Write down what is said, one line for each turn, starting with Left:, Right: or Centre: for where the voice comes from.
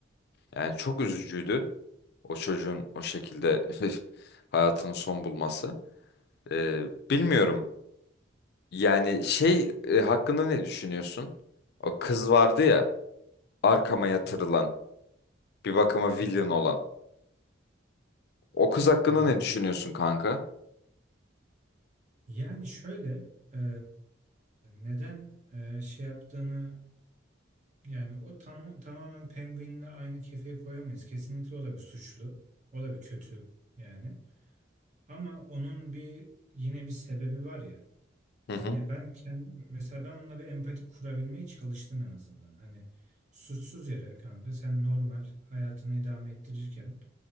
Left: Yani çok üzücüydü
Right: Evet.
Left: o çocuğun o şekilde <laughs> hayatının son bulması. Ee, bilmiyorum yani şey e, hakkında ne düşünüyorsun? O kız vardı ya arkama yatırılan
Right: Aha.
Left: bir bakıma villain
Right: Evet.
Left: olan. O kız hakkında
Right: Aynen
Left: ne
Right: öyle.
Left: düşünüyorsun kanka?
Right: Yani şöyle eee, neden eee, şey yaptığını Yani o tam, tamamen Penguin'le aynı kefeye koyamayız. Kesinlikle o da bir suçlu. O da bir kötü yani. Ama onun bir yine bir sebebi var ya.
Left: Hı hı.
Right: Hani ben kendim, mesela ben onunla bir empati kurabilmeye çalıştım en azından. Hani suçsuz yere kanka sen normal hayatını idame ettirirken